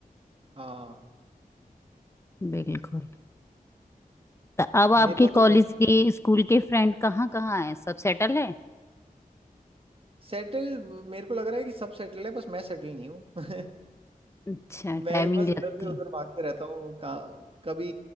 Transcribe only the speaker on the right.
हाँ
मेरे को
तो
सेटल मेरे को लग रहा है कि सब सेटल है बस मैं सेटल नहीं हूँ <laughs>
मैं
ही बस
इधर से उधर
भागते रहता हूँ का- कभी